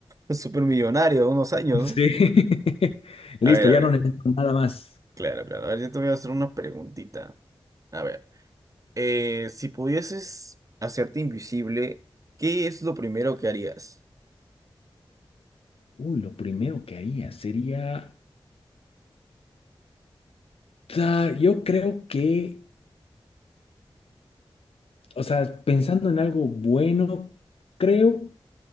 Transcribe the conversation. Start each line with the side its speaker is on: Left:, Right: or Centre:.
Right: súper millonario <laughs> en unos años, ¿no?
Left: Sí. <laughs>
Right: A
Left: Listo,
Right: ver, a
Left: ya
Right: ver,
Left: no necesito nada más.
Right: claro, claro. A ver, yo te voy a hacer una preguntita. A ver, eh, si pudieses hacerte invisible, ¿qué es lo primero que harías?
Left: Uy, lo primero que haría sería sea, yo creo que, o sea, pensando en algo bueno, creo,